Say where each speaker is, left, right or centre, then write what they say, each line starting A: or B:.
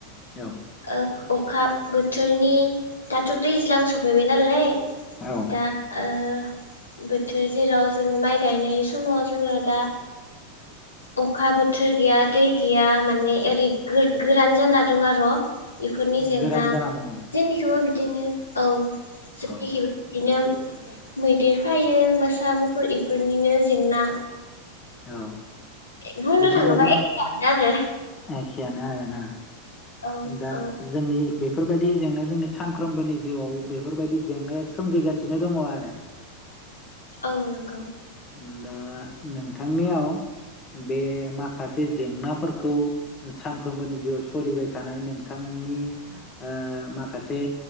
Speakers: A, on the left (about 30°); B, on the left (about 90°).
A: औ
B: ओ अखा बोथोरनि दाथ' दैज्लां सफैबाय नालाय।
A: औ
B: दा ओ बोथोर जेराव जों माइ गायनाय समाव जोङो दा अखा बोथोर गैया दै गैया माने ओरै गोर-गोरान जाना दं आर' इफोरनि जेंना
A: गोरान जाना दङ औ
B: जोंनिखौबो बि दिनो औ, जोंनिखिबो
A: औ
B: बिदिनो मैदेर फायो मोसा मुफुर इफोरनिनो जेंना
A: औ
B: बुंनो
A: बेफोरबायदि
B: थाङोबा एखेनो आरो
A: <inaudible> एखियानो आरोना।
B: औ
A: दा
B: औ
A: जोंनि बे फोरबायदि जेंना जोंनि सानफ्रोमबोनि जिउआव बेफोरबायदि जेंनाया सोमजिगासिनो दङ' आरो।
B: औ नंगौ।
A: उम दा नोंथांनियाव बे माखासे जेंनाफोरखौ सानफ्रोमबोनि जिउआव सोलिबाय थानाय नोंथांनि ओ माखासे